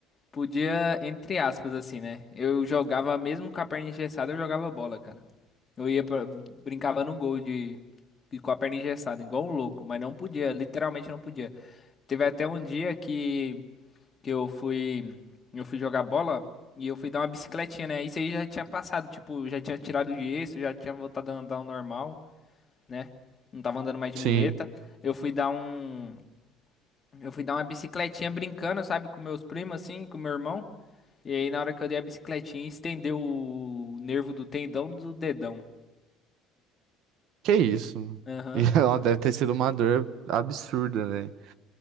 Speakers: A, on the left; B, on the right.
A: Podia, entre aspas, assim, né? Eu jogava, mesmo com a perna engessada, eu jogava bola, cara. Eu ia pra, brincava no gol de, de- com a perna engessada, igual um louco, mas não podia, literalmente não podia. Teve até um dia que, que eu fui eu fui jogar bola e eu fui dar uma bicicletinha, né? Isso aí já tinha passado, tipo, já tinha tirado o gesso, já tinha voltado a andar ao normal, né? Não tava andando mais de
B: Sim.
A: muleta. Eu fui dar um eu fui dar uma bicicletinha brincando, sabe, com meus primos, assim, com meu irmão. E aí, na hora que eu dei a bicicletinha, estendeu o nervo do tendão do dedão.
B: Que isso?
A: Aham,
B: E <laughs> ela deve ter sido uma dor absurda, né?